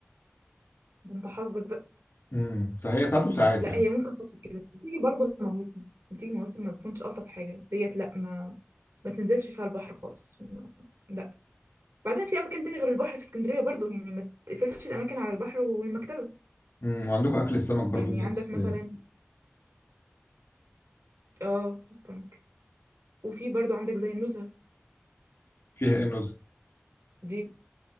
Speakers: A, on the right (about 80°); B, on the left (about 80°).
A: ده انت حظك بقى
B: امم صحيح ساعات وساعات
A: لا
B: يعني
A: هي ممكن صدفة كده بتيجي برضه مواسم بتيجي مواسم ما بتكونش ألطف حاجة ديت لا ما ما تنزلش فيها البحر خالص لا بعدين في أماكن تاني غير البحر في اسكندرية برضه يعني ما تقفلش الأماكن على البحر والمكتبة
B: امم وعندكم اكل السمك برضو
A: يعني
B: الناس
A: عندك مثلا
B: آه،
A: اه السمك وفي برضه عندك زي النزهة
B: فيها ايه النظر
A: دي